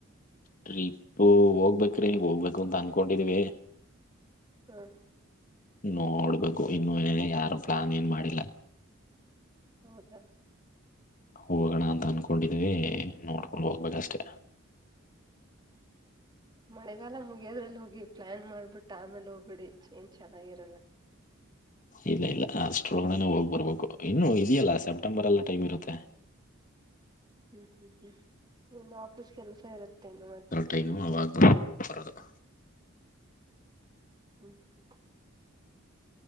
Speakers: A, on the left; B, on the right.
A: ಟ್ರಿಪ್ ಹೋಗ್ಬೇಕ್ರೀ ಹೋಗ್ಬೇಕು ಅಂತ ಅನ್ಕೊಂಡಿದಿವೀ.
B: ಹಾಂ
A: ನೋಡ್ಬೇಕು ಇನ್ನು ಏನ ಯಾರು ಪ್ಲಾನ್ ಏನ್ ಮಾಡಿಲ್ಲ.
B: ಹೌದಾ.
A: ಹೋಗೋಣ ಅಂತ ಅನ್ಕೊಂಡಿದ್ವಿ ನೋಡ್ಕೊಂಡ್ ಹೋಗ್ಬೇಕಷ್ಟೇ.
B: ಮಳೆಗಾಲ ಮುಗಿಯೋದ್ರಲ್ಲಿ ಹೋಗಿ ಪ್ಲಾನ್ ಮಾಡ್ಬಿಟ್ಟು ಆಮೇಲೆ ಹೋಗ್ಬಿಡಿ ಏನ್ ಚೆನ್ನಾಗಿರಲ್ಲ.
A: ಇಲ್ಲ ಇಲ್ಲ ಅಷ್ಟೊರ ಒಳಗಡೆನೆ ಹೋಗ ಬರಬೇಕು ಇನ್ನು ಇದೆಯಲ್ಲ ಸೆಪ್ಟೆಂಬರ್ ಅಲ್ಲೂ ಟೈಮ್ ಇರುತ್ತೆ.
B: ಹ್ಮ್ ಹ್ಮ್ ಹ್ಮ್ ನಿನ್ನ ಆಫೀಸ್ ಕೆಲ್ಸ ಇರತ್ತೆನು ಮತ್ತೆ.
A: ಟೈಮ್ ಅವಾಗ್ದ <inaudible> ಹೋಗಾಕ ಆಗಲ್ಲ
B: <unintelligible>